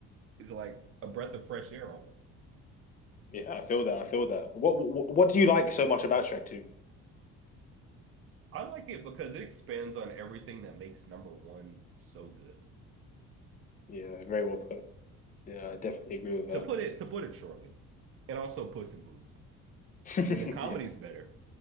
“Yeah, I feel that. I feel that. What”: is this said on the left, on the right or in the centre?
Left